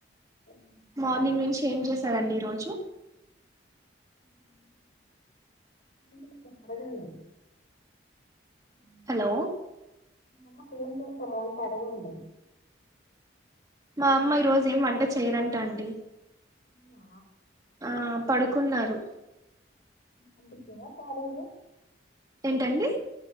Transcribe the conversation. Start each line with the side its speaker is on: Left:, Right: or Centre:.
Left: ఏం
Right: మార్నింగ్ నుంచి ఏం చేసారండి ఈరోజు
Left: <unintelligible> ఉ
Right: హలో
Left: మీ అమ్మకేం చేసారంటడగండి,
Right: మా అమ్మ ఈ రోజు ఏం వంట చేయరంట అండి,
Left: అవునా?
Right: ఆ పడుకున్నారు,
Left: పంపించారా క్యారేజ్లో
Right: ఏంటండి